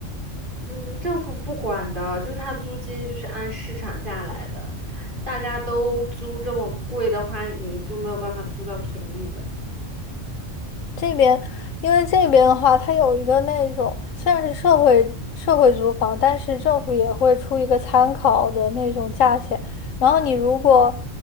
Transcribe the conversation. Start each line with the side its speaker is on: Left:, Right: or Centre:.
Right: 嗯，政府不管的，就是它租金就是按市场价来的，大家都租这么贵的话，你就没有办法租到便宜的。
Left: 这边，因为这边的话，它有一个那种虽然是社会社会租房，但是政府也会出一个参考的那种价钱。然后你如果